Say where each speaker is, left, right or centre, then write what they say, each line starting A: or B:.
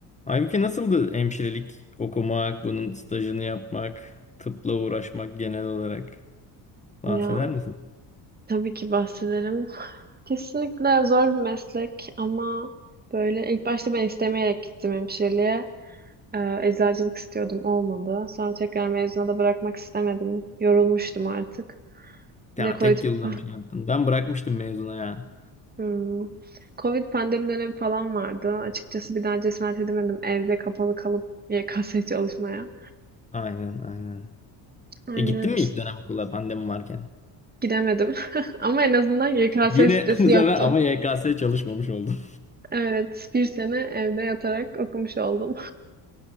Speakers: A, on the left; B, on the right.
A: Aybüke nasıldı hemşirelik okumak, bunun stajını yapmak, tıpla uğraşmak genel olarak bahseder
B: Ya
A: misin?
B: tabii ki bahsederim. Kesinlikle zor bir meslek ama böyle ilk başta ben istemeyerek gittim hemşireliğe. Ee, eczacılık istiyordum olmadı. Sonra tekrar mezuna da bırakmak istemedim. Yorulmuştum artık. Bir
A: Ya
B: de Covid,
A: tek yılda
B: ah,
A: bir şey yaptın. Ben bırakmıştım mezuna ya.
B: Hmm. Covid pandemi dönemi falan vardı. Açıkçası bir daha cesaret edemedim evde kapalı kalıp YKS çalışmaya.
A: Aynen aynen.
B: Aynen
A: E gittin mi
B: işte
A: ilk dönem okula pandemi varken?
B: gidemedim. <laughs> Ama en azından YKS
A: Yine
B: stresi
A: <laughs> bu sefer
B: yoktu.
A: ama YKS çalışmamış oldum.
B: Evet, bir sene evde yatarak okumuş oldum.